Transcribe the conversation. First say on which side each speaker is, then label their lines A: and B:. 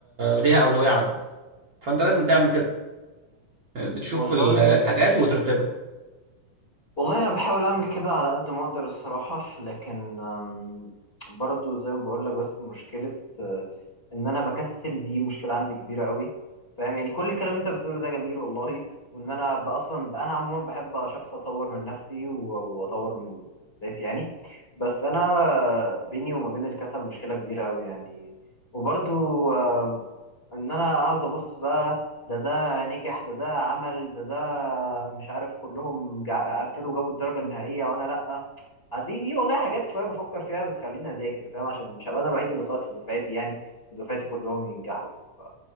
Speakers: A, on the right; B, on the left.
A: ليها أولوية عندك فانت لازم تعمل كده بتشوف
B: والله
A: ال- الحاجات وترتبها
B: والله انا بحاول اعمل كده على قد ما اقدر الصراحه لكن أم، برضو زي ما بقول لك بس مشكله آه، ان انا بكسل دي مشكله عندي كبيره قوي فاهم يعني كل الكلام انت بتقوله ده جميل والله وان انا ب- اصلا ب- انا عموما بحب شخص اطور من نفسي و- واطور من ذاتي يعني بس انا بيني وما بين الكسل مشكله كبيره قوي يعني وبرضو آم، ان انا اقعد ابص بقى ده ده نجح ده ده عمل ده ده مش عارف كلهم جا- قفلوا وجابوا الدرجة النهائية وانا لأ آه، دي دي والله حاجات شوية بفكر فيها بتخليني أذاكر فاهم عشان مش هبقى أنا الوحيد اللي ساقط في دفعتي يعني ودفعتي كلهم ينجحوا ف...